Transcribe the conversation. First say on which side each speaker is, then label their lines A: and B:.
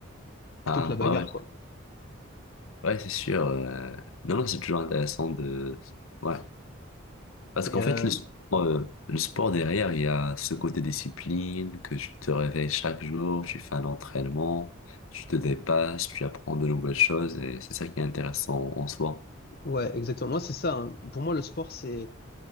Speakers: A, on the left; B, on the left.
A: plutôt
B: ah,
A: que la bagarre,
B: ouais, ouais,
A: quoi.
B: ouais, c'est sûr. euh, Non, non, c'est toujours intéressant de... Ouais. Parce
A: Et
B: qu'en
A: euh,
B: fait, le sport, euh, le sport derrière, il y a ce côté discipline, que tu te réveilles chaque jour, tu fais un entraînement, tu te dépasses, tu apprends de nouvelles choses, et c'est ça qui est intéressant en soi.
A: ouais, exactement. Moi, c'est ça. hein. Pour moi, le sport, c'est